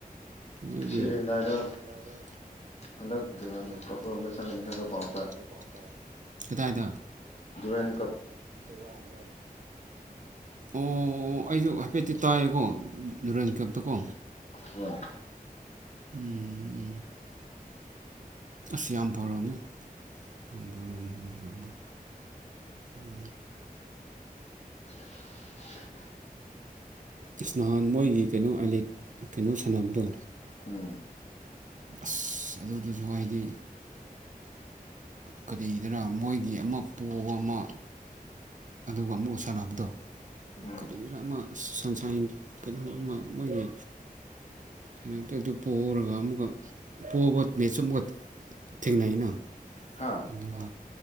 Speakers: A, on the right; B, on the left.
A: ꯃꯣꯏꯒꯤ
B: ꯁꯤꯔꯦꯟꯗꯥꯏꯗ
A: ꯁꯤꯔꯝꯗꯥꯏꯗ
B: ꯍꯟꯗꯛ ꯗꯨꯔꯥꯟ
A: ꯍꯟꯗꯛ
B: ꯀꯞ ꯔꯣꯝꯗ ꯆꯪꯒꯅꯤ ꯍꯥꯏꯕ ꯄꯥꯎ
A: ꯆꯪꯅꯤꯕꯥꯎ ꯀꯗꯥꯏꯗ
B: ꯗꯨꯔꯟ
A: ꯑꯣ ꯑꯣ ꯑꯩꯖꯨ ꯍꯥꯏꯐꯦꯠꯇꯤ ꯇꯥꯏꯌꯦꯀꯣ ꯗꯨꯔꯟ ꯀꯞ ꯇꯀꯣ
B: ꯎꯝ
A: ꯎꯝꯝ ꯎꯝ ꯑꯁ ꯌꯥꯝ ꯐꯔꯕꯅꯦ ꯑꯃꯥꯔꯣꯝꯗꯗꯤ ꯐꯩ ꯎꯝ
B: <inaudible> <unintelligible>
A: ꯏꯁꯅꯥꯍꯥꯟ ꯃꯣꯏꯒꯤ ꯀꯩꯅꯣ ꯑꯥꯏ ꯀꯩꯅꯣ ꯁꯥꯟꯅꯕꯗꯣ
B: ꯎꯝ
A: ꯑꯁ ꯑꯗꯨꯗꯨꯁꯨ ꯍꯥꯏꯗꯤ ꯀꯔꯤꯗꯅ ꯃꯣꯏꯒꯤ ꯑꯃ ꯄꯣꯕ ꯑꯃ ꯑꯗꯨꯒ ꯑꯃꯨꯛ ꯁꯥꯟꯅꯕꯗꯣ
B: ꯎꯝ
A: ꯀꯔꯤꯔ ꯑꯃ ꯁꯟꯁꯥꯏꯟ ꯀꯩꯅꯣ ꯑꯃ ꯃꯣꯏꯒꯤ ꯊꯦꯡꯅꯕꯗ ꯑꯗꯨ ꯄꯣꯛꯎꯔꯒ ꯑꯃꯨꯛꯀ ꯄꯣꯛꯑꯕ ꯃꯦꯠꯆꯁꯨ ꯑꯃꯨꯛꯀ ꯊꯦꯡꯅꯩꯅ
B: ꯍꯥ
A: ꯑꯗꯨꯒ